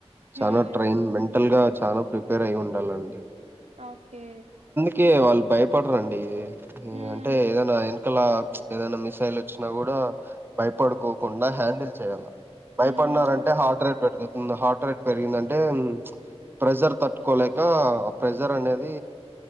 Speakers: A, on the right; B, on the right.
A: హ్మ్
B: చనా ట్రైన్ మెన్ టల్ గా చాలా ప్రిపేర్ అయి ఉంది డాలండి
A: ఓకే
B: కే వాళ్ళు భయపడరండి
A: హ్మ్
B: అంటే ఏదైనా అయిన ఒకేలా ఏదైనా మిసైల్ వచ్చినా కూడా భయపడుకోకుండా హ్యాండిల్ చేయాలా భయపడినారంటే
A: హ్మ్ ఓహ్!
B: హార్ట్ రేట్ పెరుగుది ఇంద హార్ట్ రేట్ పెరిగిందంటే ప్రెషర్ తట్టుకోలే కా ఆ ప్రెజర్ అనేది